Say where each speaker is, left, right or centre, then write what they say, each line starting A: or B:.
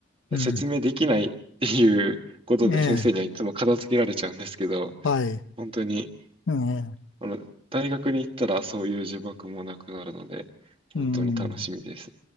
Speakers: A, on the left; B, on the right.
A: うん。
B: 説明できないっていうことで先生にはいつも片付けられちゃうんですけど、
A: ええ。はい。
B: 本当に、
A: ええ。
B: あの、大学に行ったらそういう呪縛もなくなるので、本当に楽しみです。
A: うん。